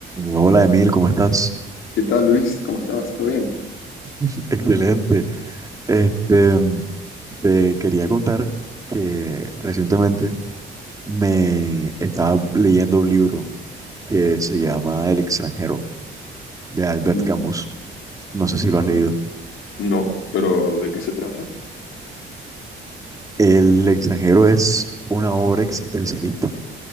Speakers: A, on the right; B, on the left.
A: Hola Emil, ¿cómo estás?
B: ¿Qué tal, Luis? ¿Cómo estás? ¿Todo bien?
A: <laughs> Excelente. Este, te quería contar que recientemente me estaba leyendo un libro que se llama El extranjero de Albert
B: Mm,
A: Camus. No sé si lo
B: vale.
A: has leído.
B: No, pero ¿de qué se trata?
A: El extranjero es una obra existencialista